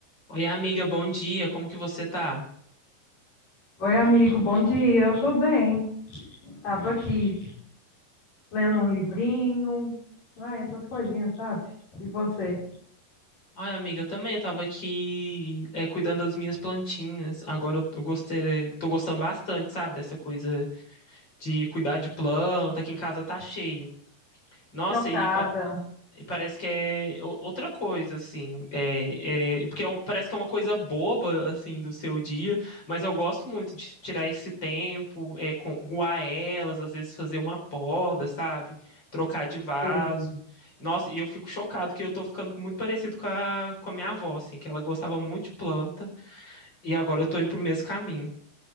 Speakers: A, on the left (about 30°); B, on the left (about 65°).
A: Oi, amiga, bom dia. Como que você tá?
B: Oi, amigo, bom dia. Eu tô bem. Tava aqui lendo um livrinho, ai, essas coisinhas, sabe? E você?
A: Ai, amiga, eu também tava aqui é, cuidando das minhas plantinhas. Agora eu eu gostei, tô gostando bastante, sabe, dessa coisa de cuidar de planta, que em casa tá cheio. Nossa,
B: Chocada.
A: e pa- E parece que é o- outra coisa, assim. É, é- porque é um- parece que é uma coisa boba, assim, do seu dia, mas eu gosto muito de tirar esse tempo, é, com, guar elas, às vezes fazer uma poda, sabe? Trocar de vaso.
B: Ei.
A: Nossa, e eu fico chocado que eu tô ficando muito parecido com a, com a minha avó, assim, que ela gostava muito de planta, e agora eu tô indo pro mesmo caminho.